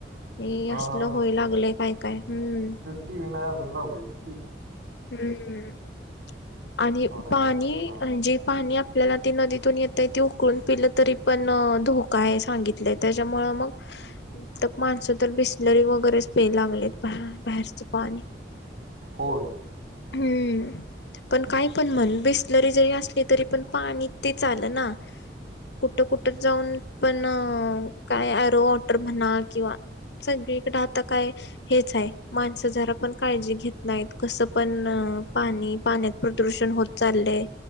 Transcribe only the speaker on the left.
हे
अस
लं होय लागलेय काय काय हम्म.
हम् आणि
पाणी
म्हणजे पाण्यात आपल्याला ती नदीतून येतय त उकळून पिलं तरी पण धोका आहे सांगितलंय त्याच्यामुंळ मग तर माणसं तर बिसलरी वगैरेच पेय लागलेत बा बाहेरचं पाणी.
हम्म पण काय पण मन बिस लरी जरी असली तरी पण पाणी तेच आलना कुठं कुठ जाऊन पण काय आरो म्हणा किंवा सगळीकडे आता काय हेच आहे माणसं जरा पण काळजी घेत नाहीत कसं पण पाणी पाण्यात प्रदूषण होत चाललंय